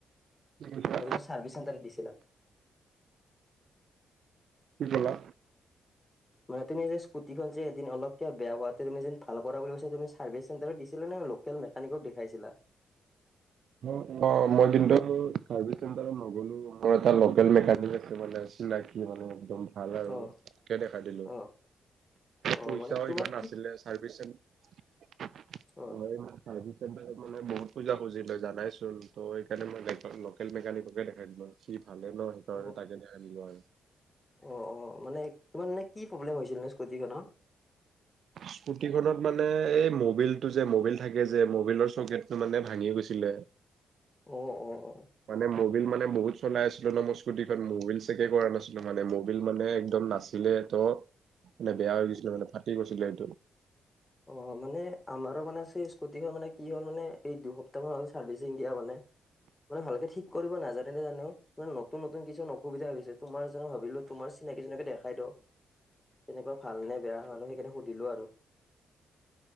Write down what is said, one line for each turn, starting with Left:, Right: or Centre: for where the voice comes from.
Right: কি কৈছা?
Left: তুমি চাৰ্ভিচ চেন্টা দিছিলা?
Right: কি কলা?
Left: মানে তুমি যে স্কুটিখন যে এদিন অলপকে বেয়া হোৱাতে তুমি যেন ভাল বুলি কৈছা তুমি চাৰ্ভিছ চেণ্টাৰৰ দিছিলা নে বোলোঁ? কেল মেকানিকক দেখাইছিলা?
Right: উম অ' সময় দিনটো <unintelligible> চাৰ্ভিচ চেন্টাৰত নগলো মই। মোৰ এটা লোকেল মেকানিক আছে মানে চিনাকি মানে একদম ভাল আৰু
Left: অ',
Right: তাকে দেখাই দিলোঁ।
Left: অ', অ',
Right: পইচাও
Left: মানে তোমাৰ
Right: ইমান নাছিলে, চাৰ্ভিচ চেণ্টাৰ
Left: কত?
Right: চাৰ্ভিচ চেন্টাৰত মানে বহুত খোজা খুজিল হয় জানাই চোন। ত সেইকাৰণে মই লোকেল মেকানিককে দেখাই দিলোঁ আৰু। সি ভালে ন সেইকাৰণে
Left: অ',
Right: তাকে দেখাই দিলোঁ আৰু।
Left: অ', অ', মানে তোমাৰ মানে কি প্ৰব্লেম হৈছিল নু স্কুটিখনৰ?
Right: স্কুটিখনত মানে এই মবিল টো যে মবিল থাকে যে মবিলৰ চকেটটো মানে ভাঙি গৈছিলে।
Left: অ', অ', অ'।
Right: মানে মবিল মানে বহুত চলাই আছিলো ন মোৰ স্কুটিখন মবিল চেকে কৰা নাছিলো মানে মবিল মানে একদম নাছ ছিলে ত' মানে বেয়া হৈ গৈছিলে মানে ফাটি গৈছিলে এইটো।
Left: অ', মানে আমাৰো মানেই স্কুটিখন মানে কি হ'ল মানে এই দুসপ্তাহ মান হ'ল চাৰ্ভিচিং দিয়া মানে। মানে ভালকে ঠিক কৰিব নাজানেনে জানো, মানে নতুন- নতুন কিছুমান অসুবিধা হৈছে তোমাৰ <unintelligible> ভাবিলো তোমাৰ চিনাকীজনকে দেখাই দিওঁ, তেনেকুৱা ভাল নে বেয়া মানুহ সেইকাৰণে সুধিলো আৰু।